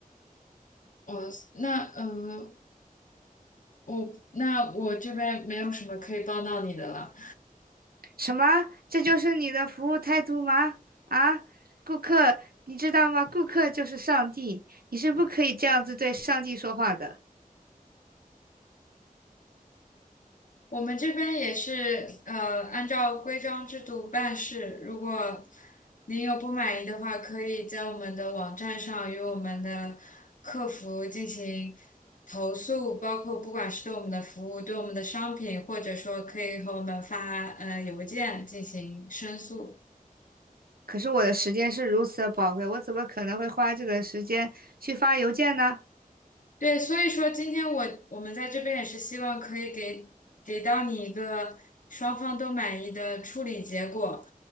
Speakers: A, on the left; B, on the right.
A: 我那嗯、呃我那我这边没有什么可以帮到你的了。
B: 什么？这就是你的服务态度吗？啊，顾客，你知道吗？顾客就是上帝，你是不可以这样子对上帝说话的。
A: 我们这边也是呃，按照规章制度办事。如果您有不满意的话，可以在我们的网站上与我们的客服进行投诉，包括不管是对我们的服务、对我们的商品，或者说可以和我们发呃邮件进行申诉。
B: 可是我的时间是如此的宝贵，我怎么可能会花这个时间去发邮件呢？
A: 对，所以说今天我我们在这边也是希望可以给给到你一个双方都满意的处理结果。